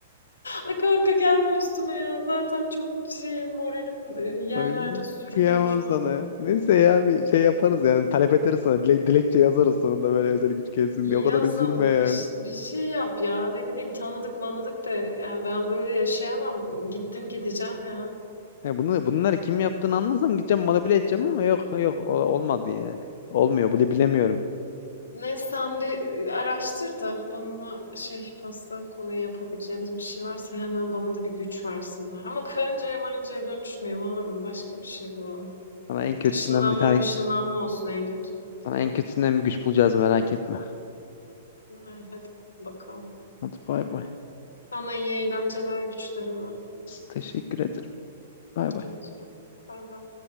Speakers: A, on the left; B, on the left.
A: Ay kanka gelme üstüme ya. Zaten çok şeyim moralim e, yerlerde
B: Ay,
A: sürünüyor
B: kıyamam
A: şu
B: sana
A: an.
B: ya. Neyse ya bir şey yaparız yani. Talep ederiz sana. Dilek, dilekçe yazarız sonunda böyle özel güç gelsin diye. O kadar
A: Yazın
B: üzülme yani.
A: bir, ş- bir şey yap ya ne bileyim tanıdık manadık da yani ben böyle yaşayamam gittim gideceğim ya.
B: He bunu, bunları kim yaptığını anlasam gideceğim manipüle edeceğim ama yok yok o- olmadı yani. Olmuyor bunu bilemiyorum.
A: Neyse sen bir e, araştır da bana şey pasta konuyu yapabileceğimiz bir şey varsa hemen bana da bir güç versinler. Ama karıncaya marıncaya dönüşmeyeyim olur mu? Başka bir şey bulalım.
B: Sana en kötüsünden
A: Işınlanma
B: bir tane
A: ışınlanma olsun en kötü.
B: sana en kötüsünden bir güç bulacağız merak etme.
A: Ay, hadi bakalım.
B: Hadi bay bay.
A: Sana iyi eğlenceler güçlerine.
B: Teşekkür ederim. Bay
A: Rica
B: bay.
A: ederim. Bay bay.